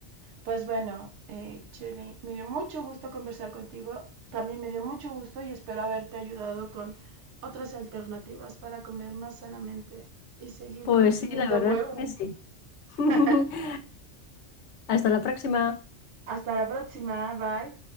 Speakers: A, on the right (about 75°); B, on the left (about 70°).
A: Pues bueno, eh, Julie, me dio mucho gusto conversar contigo. También me dio mucho gusto y espero haberte ayudado con otras alternativas para comer más sanamente y seguir
B: Pues
A: consumiendo
B: sí, la verdad
A: huevo.
B: es que sí. <laughs>
A: <laughs>
B: Hasta la próxima.
A: Hasta la próxima, bye.